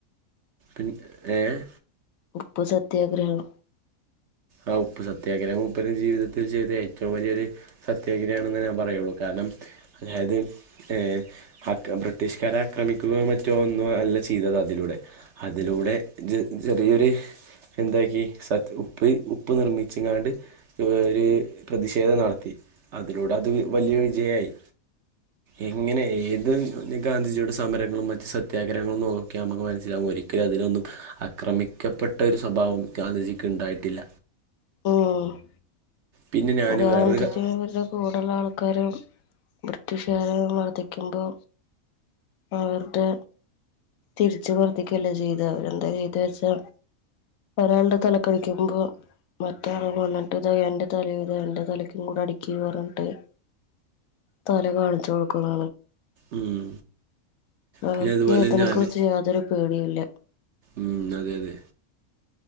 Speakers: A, on the right; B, on the left.
A: എനി ഏഹ്
B: ഉപ്പു സത്യാഗ്രഹണം
A: ആ ഉപ്പ് സത്യാഗ്രഹം മൂപ്പരെ ജീവിതത്തിൽ ചെയ്ത ഏറ്റവും വലിയൊര് സത്യാഗ്രഹണെന്നാ ഞാൻ പറയുള്ളൂ കാരണം അതായത് ഏഹ് അക്രം ബ്രിട്ടീഷ്കാരെ ആക്രമിക്കുകയോ മറ്റോ ഒന്നും അല്ല ചെയ്തത് അതിലൂടെ അതിലൂടെ ജ് ചെറിയൊരു എന്താക്കി സത് പോയി ഉപ്പ് നിർമ്മിച്ച്ങ്ങാണ്ട് ക്യോ ഒരു പ്രതിഷേധം നടത്തി അതിലൂടെ അത് വലിയ വിജയായി. എങ്ങനെ ഏത് ഗാന്ധിജിയുടെ സമരങ്ങളും മറ്റു സത്യാഗ്രഹങ്ങളും നോക്കിയാ നമക്ക് മനസ്സിലാകും ഒരിക്കലും അതിലൊന്നും അക്രമിക്കപ്പെട്ട ഒരു സ്വഭാവം ഗാന്ധിജിക്ക് ണ്ടായിട്ടില്ല
B: ഉം
A: പിന്നെ ഞാന്
B: ഗാന്ധിജി
A: വേറൊരു കാ-
B: അവരുടെ കൂടള്ള ആൾക്കാരും ബ്രിട്ടീഷുകാര് മർദ്ദിക്കുമ്പോ അവരുടെ തിരിച്ചു മർധിക്കല്ലേ ചെയ്ത് അവരെന്താ ചെയ്ത്ച്ചാ ഒരാളുടെ തലക്കടിക്കുമ്പോ മറ്റേ ആളതുംങ്ങനെ ട്ട്താ എന്റെ തലയിത എന്റെ തലക്കും കൂടെ അടിക്ക് പറഞ്ഞിട്ട് തല കാണിച്ചു കൊ ക്ലോ
A: ഉം
B: അവർക്ക്
A: പിന്നെ അതുപോലെ
B: അതിനെ
A: ഞാന്
B: കുറിച്ച് യാതൊരു പേടിയില്ല.
A: ഉം അതെ അതെ